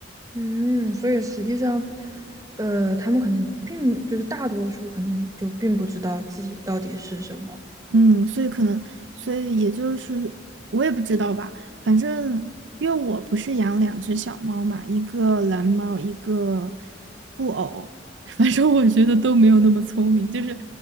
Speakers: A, on the right; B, on the right.
A: 嗯，所以实际上，呃，他们可能并就是大多数可能就并不知道自己到底是什么。
B: 嗯，所以可能，所以也就是我也不知道吧，反正因为我不是养两只小猫嘛，一个蓝猫，一个布偶，<laughs> 反正我觉得都没有那么聪明，就是